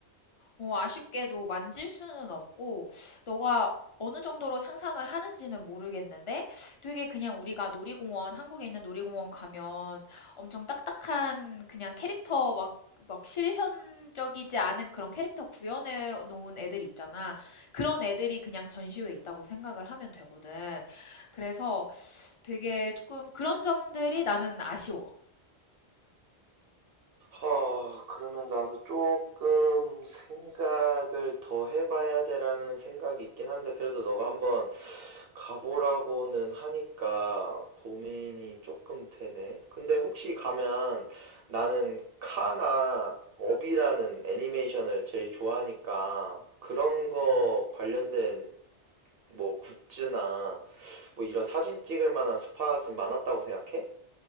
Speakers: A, on the left; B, on the right.
A: 어, 아쉽게도 만질 수는 없고, 너가 어느 정도로 상상을 하는지는 모르겠는데, 되게 그냥 우리가 놀이공원, 한국에 있는 놀이공원 가면 엄청 딱딱한 그냥 캐릭터 막, 막 실현적이지 않은 그런 캐릭터 구현해 놓은 애들 있잖아. 그런 애들이 그냥 전시회에 있다고 생각을 하면 되거든. 그래서 되게 조금 그런 점들이 나는 아쉬워.
B: 아, 그러면 나도 조금 생각을 더 해봐야 되라는 생각이 있긴 한데 그래도 너가 한번 가보라고는 하니까 고민이 조금 되네. 근데 혹시 가면 나는 카나 업이라는 애니메이션을 제일 좋아하니까 그런 거 관련된 뭐 굿즈나 뭐 이런 사진 찍을 만한 스팟은 많았다고 생각해?